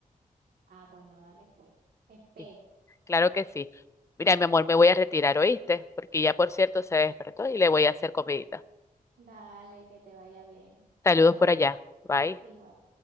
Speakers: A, on the right; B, on the left.
A: Ah, bueno, dale pues. Espero.
B: Sí, claro que sí. Mira, mi amor, me voy a retirar, ¿oíste? Porque ya, por cierto, se despertó y le voy a hacer comidita.
A: Dale, que te vaya bien.
B: Saludos
A: Chao.
B: por allá. Bye.
A: Igual.